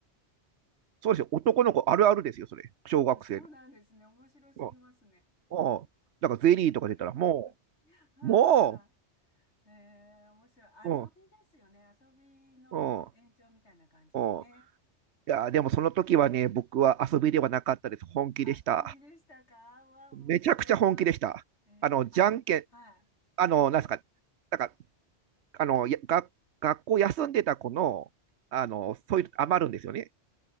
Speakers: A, on the right; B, on the left.
A: そうですよ。男の子あるあるですよ、それ。小学生の。
B: そうなんですね。面白すぎますね。
A: うんうん。だからゼリーとか出たら、
B: <laughs>
A: も
B: はあ。
A: う、も
B: ええ面白い。
A: う、
B: 遊びですよね。
A: うん、
B: 遊びの延長みたいな感じでね。
A: うん、うん。いやー、
B: ええ
A: でもその時はね、僕は遊びではなかったです。
B: ええええ
A: 本気でした。
B: あ、本気でしたかわあ、面白い。
A: めちゃくちゃ本気でした。
B: ええあ、
A: あの、じゃんけん、
B: はい。
A: あの、
B: じゃんけん。
A: なんですか、なんかあの、やが学校休んでた子の、あの、そういう余るんですよね。